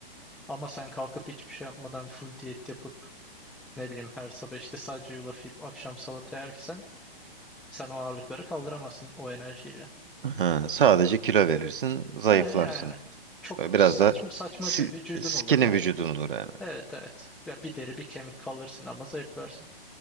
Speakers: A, in the centre; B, on the right (about 60°).
A: Ama sen kalkıp hiçbir şey yapmadan full diyet yapıp ne bileyim her sabah işte sadece yulaf yiyip akşam salata yersen sen o ağırlıkları kaldıramazsın o enerjiyle.
B: Ha, sadece kilo verirsin, zayıflarsın.
A: He yani çok
B: Böyle
A: saçma
B: Biraz da
A: saçma
B: si-
A: bir vücudun
B: skinny
A: olur yani.
B: vücudun olur yani.
A: Evet evet. Ya bir deri bir kemik kalırsın ama zayıflarsın.